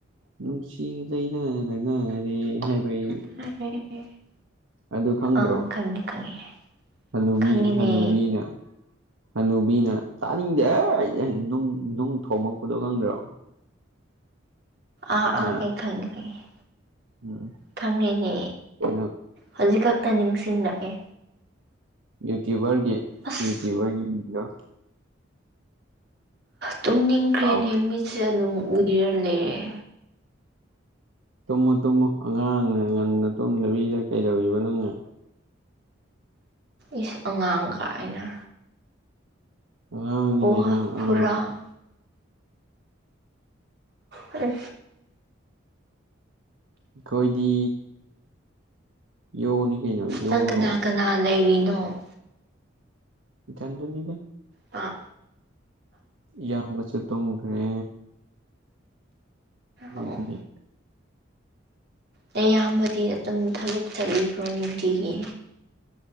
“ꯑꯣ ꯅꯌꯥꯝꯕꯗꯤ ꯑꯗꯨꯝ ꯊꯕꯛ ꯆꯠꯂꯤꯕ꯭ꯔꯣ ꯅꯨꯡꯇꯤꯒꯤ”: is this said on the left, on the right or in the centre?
Right